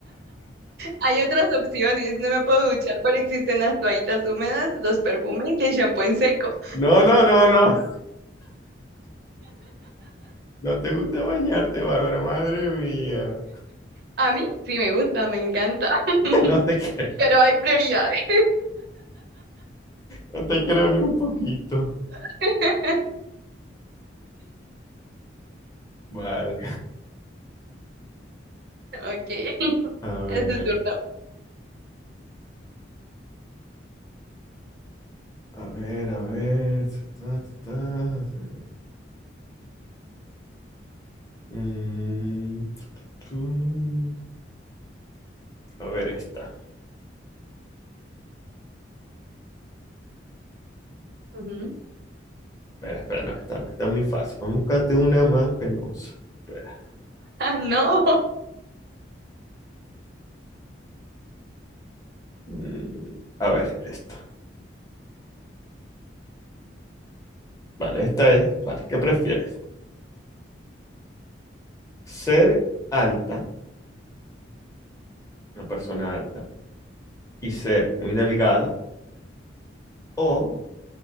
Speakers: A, on the right; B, on the left.
A: Hay otras opciones. No me puedo duchar, pero existen las toallitas húmedas, los perfumes y el shampoo en seco.
B: No, no, no, no. No te gusta bañarte, Bárbara. Madre mía.
A: A mí sí me gusta, me encanta, <laughs>
B: No te creo.
A: pero hay prioridades.
B: No te creo ni un poquito.
A: <laughs>
B: Vale.
A: Ok,
B: A ver.
A: es tu turno.
B: A ver, a ver. Ta, ta, ta, ta. Mm, tú. A ver esta.
A: Ujú. <laughs>
B: Espera, espera, no, esta no, está muy fácil. Vamos a buscarte una más penosa. Espera.
A: No,
B: Mm, a ver, esta. Vale, esta es. Vale, ¿qué prefieres? ¿Ser alta, una persona alta, y ser muy delgada, o